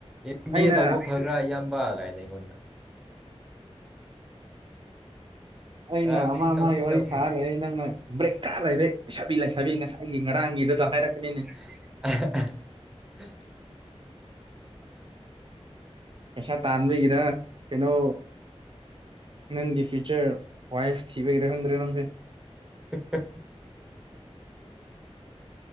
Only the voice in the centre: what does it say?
ꯑꯦꯝ ꯕꯤ
ꯑꯦ ꯇꯧꯕ ꯐꯕ꯭ꯔꯥ ꯏꯌꯥꯝꯕ ꯀꯥꯏꯅ ꯑꯩꯉꯣꯟꯗ
ꯑ
ꯁꯤ
ꯇꯧ ꯁꯤ
ꯇꯧ
ꯍꯥꯏꯅ
ꯑꯍꯑꯍ
ꯍꯍ